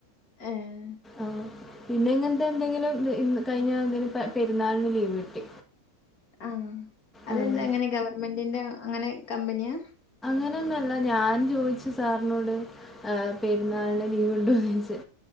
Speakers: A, on the left (about 75°); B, in the centre.
A: ഏഹ്
B: ആഹ് പിന്നെങ്ങനെ ഇന്ന് എന്തെങ്കിലും ഇന്ന് കഴിഞ്ഞാൽ എന്തെങ്കിലും പെരുന്നാളിന് ലീവ് കിട്ടി
A: ആഹ് അതെന്താ
B: ആഹ്.
A: എങ്ങനെ ഗവൺമെന്റിന്റെ അങ്ങനെ കമ്പനിയാ
B: അങ്ങനൊന്നല്ല ഞാൻ ചോദിച്ചു സാറിനോട് പെരുന്നാളിന്
A: ഏഹ്
B: ലീവുണ്ടോ ചെയ്യിച്ച്